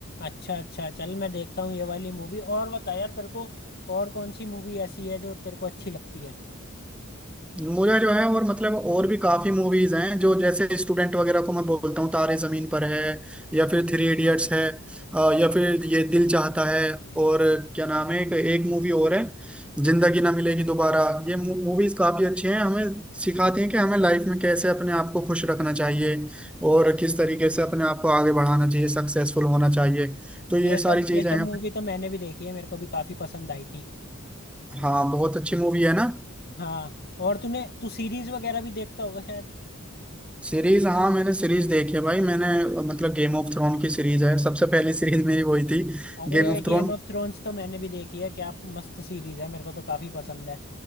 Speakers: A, on the left; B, in the centre.
A: अच्छा अच्छा चल मैं देखता हूँ ये वाली मूवी और बता यार तेरे को और कौन सी मूवी ऐसी है जो तेरे को अच्छी लगती है
B: मुझे जो है और मतलब और भी काफी मूवीज हैं जो जैसे स्टूडेंट वगैरह को मैं बोलता हूँ तारे जमीन पर है या फिर थ्री इडियट्स है अ, या फिर ये दिल चाहता है और क्या नाम है एक, एक मूवी और है जिंदगी ना मिलेगी दोबारा ये मूवीज काफी अच्छी हैं हमें सिखाती हैं कि हमें लाइफ में कैसे अपने आप को खुश रखना चाहिए और किस तरीके से अपने आप को आगे बढ़ाना चाहिए सक्सेसफुल होना चाहिए तो ये
A: ये
B: सारी
A: सब
B: चीजें
A: ये सब
B: हैं
A: मूवी तो मैंने भी देखी है मेरे को भी काफी पसंद आई थी
B: हाँ बहुत अच्छी मूवी है ना
A: हाँ और तूने तू सीरीज वगैरह भी देखता होगा शायद
B: सीरीज हाँ मैंने सीरीज देखी है भाई मैंने मतलब गेम ऑफ थ्रोन की सीरीज है सबसे पहली सीरीज मेरी वही थी
A: अरे
B: Game of
A: गेम
B: Throne
A: ऑफ थ्रोन्स तो मैंने भी देखी है क्या मस्त सीरीज है मेरे को तो काफी पसंद है